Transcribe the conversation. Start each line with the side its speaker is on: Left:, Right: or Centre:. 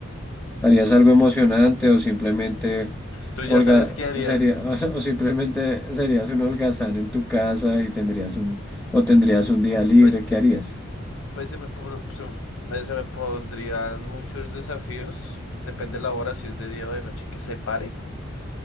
Centre: ¿Harías algo emocionante o simplemente
Left: Tú
Centre: holga,
Left: ya sabes qué haría.
Centre: sería, <laughs> o simplemente serías un holgazán en tu casa y tendrías un, o tendrías un día libre?
Left: Pues,
Centre: ¿Qué harías? <laughs>
Left: pues se me, por- se me, se me pondrían muchos desafíos, depende de la hora, si es de día o de noche, que se pare.